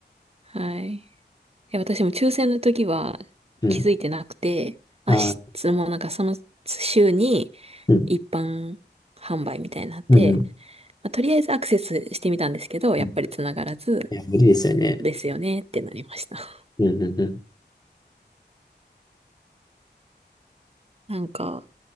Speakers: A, on the right; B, on the left.
A: はい。いや、私も抽選の時は気づいてなくて、
B: うん。ああ
A: 明日もうなんかその週に
B: うん。
A: 一般販売みたいになって、
B: うん。
A: まあとりあえずアクセスしてみたんですけど、やっぱり繋がらず、
B: うん。いや、無理ですよね。
A: ですよねってなりました。<laughs>
B: うん。うん。うん。
A: なんか、